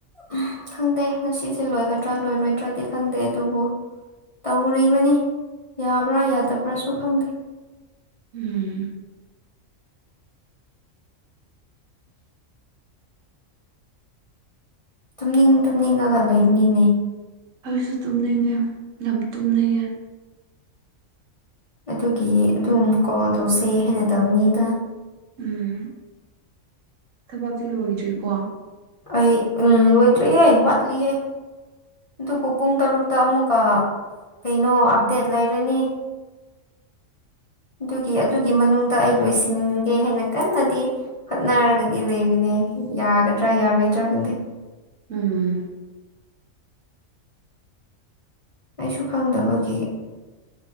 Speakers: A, on the left; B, on the right.
A: ꯎ ꯈꯪꯗꯦ ꯉꯁꯤꯁꯦ ꯂꯣꯏꯒꯗ꯭ꯔꯥ ꯂꯣꯏꯔꯣꯏꯗ꯭ꯔꯥꯗꯤ ꯈꯪꯗꯦ ꯑꯗꯨꯕꯨ ꯇꯧꯔꯤꯕꯅꯤ ꯌꯥꯕ꯭ꯔꯥ ꯌꯥꯗꯕ꯭ꯔꯥꯁꯨ ꯈꯪꯗꯦ
B: ꯎꯝ
A: ꯇꯨꯝꯅꯤꯡ ꯇꯨꯝꯅꯤꯡꯉꯒ ꯂꯩꯅꯤꯡꯉ
B: ꯑꯩꯁꯨ ꯇꯨꯝꯅꯤꯡꯉꯦ ꯂꯝ ꯇꯨꯝꯅꯤꯡꯉꯦ
A: ꯑꯗꯨꯒꯤ ꯑꯗꯨꯝ ꯀꯣꯜ ꯇꯧꯁꯦ ꯍꯥꯏꯅ ꯇꯧꯕꯅꯤꯗ
B: ꯎꯝ ꯊꯕꯛꯁꯤ ꯂꯣꯏꯗ꯭ꯔꯤꯀꯣ
A: ꯑꯩ ꯎꯝ ꯂꯣꯏꯗ꯭ꯔꯌꯦ ꯋꯥꯠꯂꯤꯌꯦ ꯑꯗꯨꯕꯨ ꯄꯨꯡ ꯇꯔꯨꯛꯇ ꯑꯃꯨꯛꯀ ꯀꯩꯅꯣ ꯑꯞꯗꯦꯠ ꯂꯩꯔꯅꯤ ꯑꯗꯨꯒꯤ ꯑꯗꯨꯒꯤ ꯃꯅꯨꯡꯗ ꯑꯩ ꯂꯣꯏꯁꯤꯟꯒꯦ ꯍꯥꯏꯅ ꯀꯟꯅꯗꯤ ꯍꯣꯠꯅꯔꯒꯗꯤ ꯂꯩꯕꯅꯦ ꯌꯥꯒꯗ꯭ꯔꯥ ꯌꯥꯔꯣꯏꯗ꯭ꯔꯥ ꯈꯪꯗꯦ
B: ꯎꯝ
A: ꯑꯩꯁꯨ ꯈꯪꯗꯕꯒꯤ